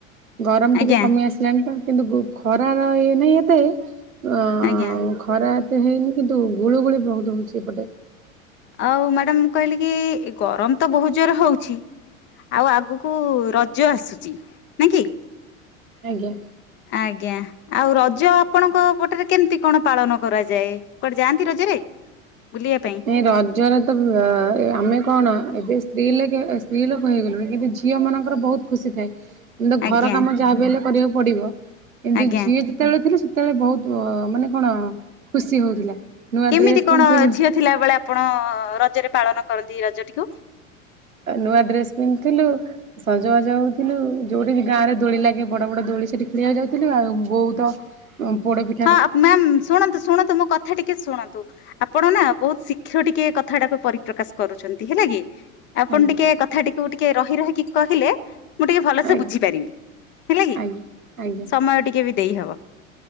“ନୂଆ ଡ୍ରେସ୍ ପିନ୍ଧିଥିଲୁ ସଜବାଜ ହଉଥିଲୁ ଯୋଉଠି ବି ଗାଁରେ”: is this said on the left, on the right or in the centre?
Right